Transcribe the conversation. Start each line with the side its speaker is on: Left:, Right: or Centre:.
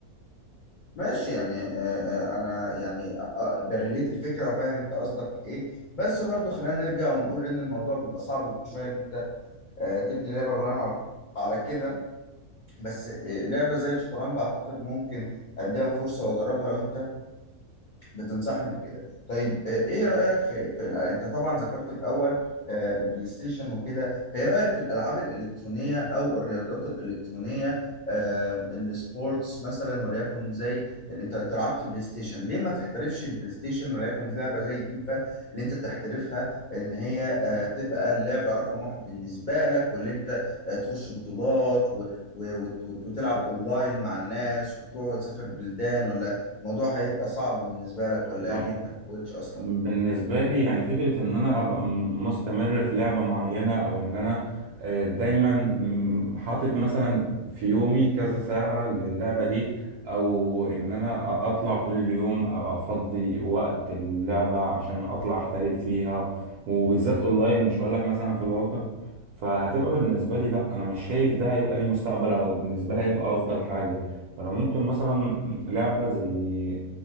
Left: ماشي يعني آه آه انا يعني آه آه، بريليت الفكره وفاهم انت قصدك ايه بس برضو خلينا نرجع ونقول ان الموضوع بيبقى صعب شويه ان انت آه تبني لعبه بناء على على كده بس آه لعبه زي الشطرنج اعتقد ممكن اديها فرصه واجربها لو انت بتنصحني بكده طيب آه، ايه رأيك في, في ال- انت طبعا ذكرت الاول آه، البلاي ستيشن وكده فايه رأيك في الالعاب الالكترونية او الرياضات الالكترونية آم، السبورتس مثلا وليكن زي ال- انت انت لعبت بلاي ستيشن ليه ما تحترفش البلاي ستيشن وليكن زي لعبة زي فيفا اللي انت تحترفها ان هي آه، تبقى اللعبة رقم واحد بالنسبة لك واللي انت آه، تخش بطولات و- و- وت- وت- وتلعب اونلاين مع الناس وتروح وتسافر بلدان ولا الموضوع هيبقى صعب بالنسبة لك ولا
Right: لا
Left: ليه انت ما قلتش اصلا
Right: بالنسبة لي يعني فكرة إن أنا أبقى م- مستمر في لعبة معينة أو إن أنا آه، دايما م، حاطط مثلا في يومي كذا ساعة للعبة دي أو إن أنا أ- أطلع كل يوم أو أفضي وقت اللعبة عشان أطلع أحترف فيها وبالذات أونلاين مش هقولك مثلا في الواقع فهتبقى بالنسبة لي لأ أنا مش شايف ده هيبقى ليه مستقبل أو بالنسبة لي هيبقى أفضل حاجة فأنا ممكن مثلا لعبة زي